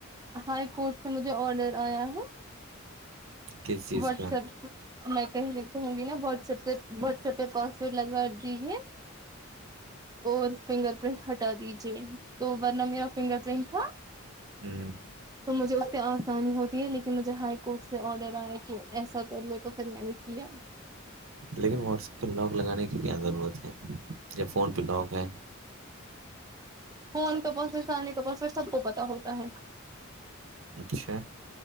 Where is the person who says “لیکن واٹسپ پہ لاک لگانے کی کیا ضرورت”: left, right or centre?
Right